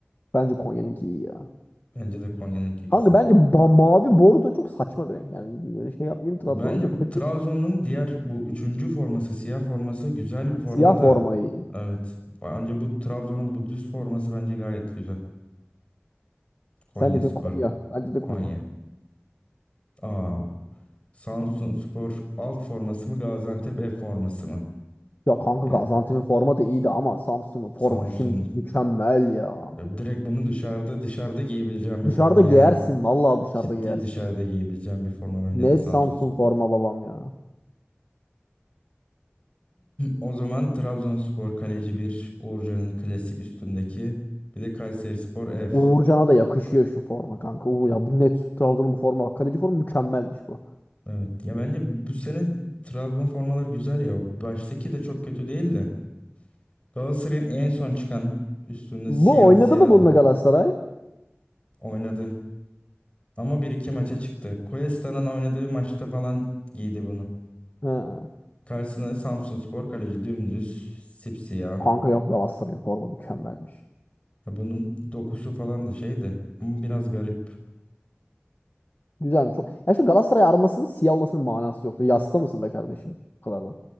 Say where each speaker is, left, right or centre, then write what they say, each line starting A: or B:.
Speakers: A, on the left; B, on the left.
A: Bence Konya'nınki iyi ya.
B: Bence de Konya'nınki güzel.
A: Kanka bence ba- mavi bordo çok saçma bir renk. Yani böyle şey yapmayayım Trabzon'a
B: Bence
A: da kötü.
B: Trabzon'un diğer bu üçüncü forması, siyah forması güzel bir forma
A: Siyah formayı.
B: da. Evet. Bence bu Trabzon'un bu düz forması bence gayet güzel. Konya
A: Sen dedin
B: Spor'un.
A: Konya. Bence de Konya.
B: Konya. Aa, Samsun Spor alt forması mı Gaziantep F forması mı?
A: Ya kanka
B: Yani
A: Gaziantep'in forma da iyiydi ama Samsun'un forma
B: Samsun
A: şimdi mükemmel ya.
B: direkt bunu dışarıda dışarıda giyebileceğim bir
A: Dışarıda
B: forma
A: giyersin.
B: yani.
A: Vallahi dışarıda
B: Ciddi
A: giyersin.
B: dışarıda giyebileceğim bir forma bence
A: Net
B: de Samsun
A: Samsun forma babam ya.
B: O zaman Trabzonspor kaleci bir Uğurcan'ın klasik üstündeki. Bir de Kayserispor F.
A: Uğurcan'a da yakışıyor şu forma kanka. Uğur ya bu net Trabzon'un bu forma. Bak, Kaleci forma mükemmelmiş bu.
B: Evet. Ya bence bu sene Trabzon formaları güzel ya. Baştaki de çok kötü değil de. Galatasaray'ın en son çıkan üstünde
A: Bu
B: siyah
A: oynadı
B: siyahlı
A: mı bununla Galatasaray?
B: oynadı. Ama bir iki maça çıktı. Cuesta'nın oynadığı maçta falan giydi bunu.
A: He.
B: Karşısına Samsunspor kaleci dümdüz sipsiyah.
A: Kanka yok Galatasaray'ın forma mükemmelmiş.
B: Ya bunun dokusu falan da şeydi. Ama biraz garip.
A: Güzelmiş. Ya şu Galatasaray armasının siyah olmasının manası yoktu. Yasta mısın be kardeşim? Bu kadar da.